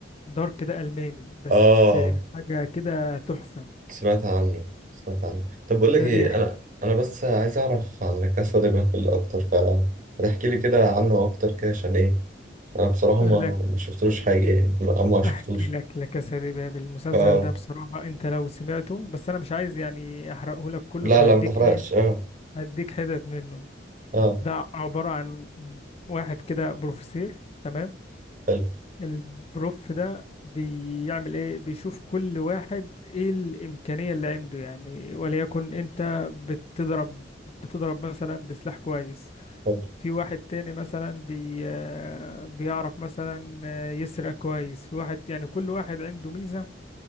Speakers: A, on the left; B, on the right.
A: دارك ده الماني بس
B: اه
A: حاجه كده تحفه
B: سمعت عنه سمعت عنه طب بقول
A: ده
B: لك ايه
A: بيحكي
B: انا انا بس عايز اعرف عن لا كاسا دي بابل اكتر فتحكي لي كده عنه اكتر كده عشان ايه انا بصراحة
A: لك
B: ما ما شفتلوش حاجة يعني ما ما شفتوش
A: احكي لك لا كاسا دي بابل المسلسل
B: اه
A: ده بصراحه انت لو سمعته بس انا مش عايز يعني احرقه لك كله
B: لا
A: فهديك
B: لا ما تحرقش
A: ايه
B: اه
A: هديك حتت منه
B: اه
A: ده عباره عن واحد كده بروفيسور تمام
B: حلو
A: البروف ده بيعمل ايه بيشوف كل واحد ايه الامكانية اللي عنده يعني وليكن انت بتضرب بتضرب مثلا بسلاح كويس
B: حلو
A: في واحد تاني مثلا بي آه، بيعرف مثلا آه، يسرق كويس في واحد يعني كل واحد عنده ميزة